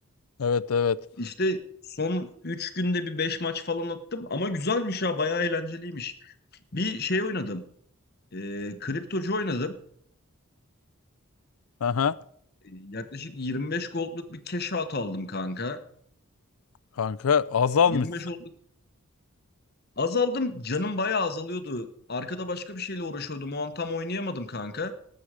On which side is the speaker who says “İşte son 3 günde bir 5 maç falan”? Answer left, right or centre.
Left